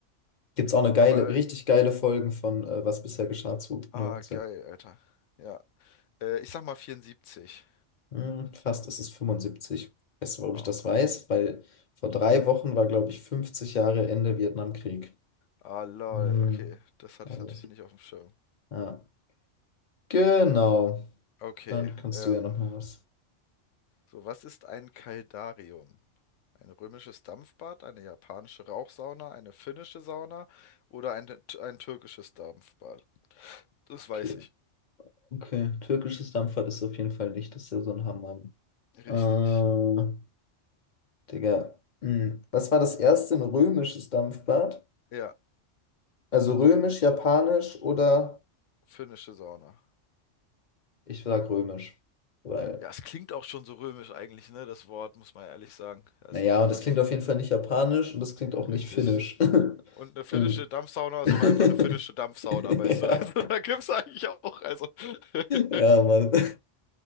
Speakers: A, on the left; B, on the left.
A: gibt es auch eine geile,
B: Aber,
A: richtig geile Folgen von äh, Was bisher geschah zu
B: ah,
A: nur
B: geil, Alter. Ja. Äh, ich sag mal 74.
A: hm, fast ist es 75. Weißt du, warum
B: Oh,
A: ich das weiß? Weil vor drei Wochen war, glaube ich, 50 Jahre Ende Vietnamkrieg.
B: ah, lol.
A: Hm.
B: Okay, das hatte
A: Also,
B: ich natürlich nicht auf dem Schirm.
A: ja. Genau.
B: Okay,
A: Dann kannst
B: ähm,
A: du ja noch mal was.
B: so, was ist ein Kaldarium? Ein römisches Dampfbad, eine japanische Rauchsauna, eine finnische Sauna oder ein, ein türkisches Dampfbad? Das weiß
A: Okay.
B: ich.
A: Okay. Türkisches Dampfbad ist auf jeden Fall nicht. Das ist ja so ein Hammer.
B: Richtig.
A: Äh, Digga. Hm. Was war das erste? Ein römisches Dampfbad?
B: Ja,
A: Also römisch, japanisch oder
B: finnische Sauna.
A: ich sag römisch. Weil,
B: Ja, es klingt auch schon so römisch eigentlich, ne? Das Wort, muss man ehrlich sagen. Ja,
A: naja,
B: ist auch richtig.
A: und das klingt auf jeden Fall nicht japanisch und das klingt auch nicht
B: Richtig.
A: finnisch. <laughs>
B: Und eine finnische
A: Hm.
B: Dampfsauna ist
A: <laughs>
B: auch einfach eine finnische Dampfsauna, weißt
A: Ja.
B: du? <laughs> Also da gibt's eigentlich auch, also. <laughs>
A: Ja, Mann. <laughs>